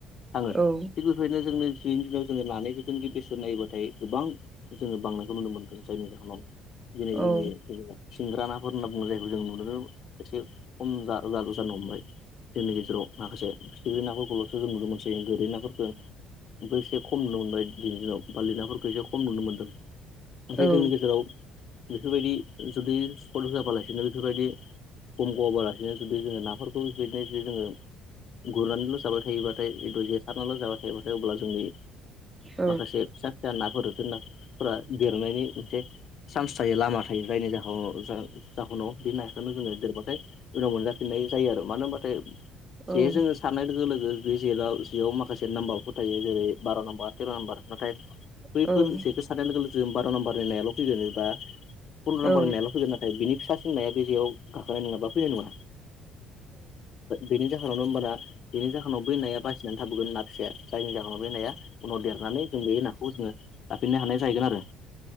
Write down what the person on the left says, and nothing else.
थाङो
थिग बेबायदिनो जोंनि दिनैनि दिनाव जोङो नानि <unintelligible> बेसेन नायोबाथाय गोबां जोङो बांनायखौ नुनो मोन्दों। जायनि जाहोनाव दिनै
जोंनि
सिंग्रा नाफोर होनना जायखौ जों नुनो एसे खम जा-जानो हमबाय। जोंनि गेजेराव माखासे फिथिख्रि नाफोरखौल'सो जों नुनो मोनसै। गोरै नाफोरखौ बे एसे खम नुनो मोनबाय दिनैनि दिनाव बारलिनाफोरखौ एसे खम नुनो मोन्दों। ओमफाय
जोंनि गेजेराव बेफोरबायदि जुदि सर्ट होआबालाय नो बेफोरबायदि खम गवालासिनो जुदि जोङो नाफोरखौ बेबायदिनो जुदि जोङो गुरनानैल' जाबाय थायोबाथाय जे सारनानैल' जाबाय थायोबाथाय अब्ला जोंनि
माखासे फिसा फिसा नाफोर जेनबा फोरा देरनायनि मोनसे सान्स थायो लामा थायो जायनि जाह' जों जाह'नाव बे नाखौनो जोङो देरबाथाय उनाव मोनजाफिननाय जायो आरो। मानो होनबाथाय
जे
जोङो सारनाय लोगो लोगो बे जेराव जियाव माखासे नाम्बारफोर थायो। जेरै बार' नाम्बार थेर' नाम्बार नाथाय बैफोर
जेखौ साननाय लोगो जों बार' नाम्बारनि नायाल' फैगोन बा पन्द्र'
नाम्बारनि
नायाल' फैगोन नाथाय बिनि फिसा सिननाया बे जेयाव गाखोनाय नङा बा फैनाय बिनि जा होनावनो होमबाना बेनि जाहोनाव बै नाया बासिनानै थाबोगोन ना फिसाया जायनि जाहोनाव बै नाया उनाव देरनानै जों बे नाखौ जोङो जाफिननो हानाय जाहैगोन आरो।